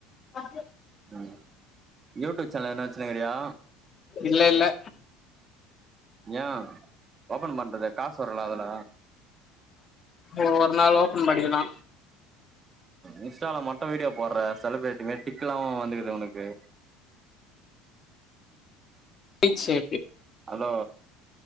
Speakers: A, on the left; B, on the right.
A: உம்
B: ம் யூடிப் சேனல் எதனா வச்சுன்னுக்குறியா
A: இல்லெல்ல
B: ஏ ஓபன் பண்றது காசு வருல அதுல
A: ஒரு நாள் ஓப்பன் பண்ணிர்லா
B: இன்ஸ்டால மட்டு வீடியோ போட்ற செலிப்ரிட்டி மார் டிக்லா வந்துக்குது உனக்கு
A: டிச்சே
B: அலோ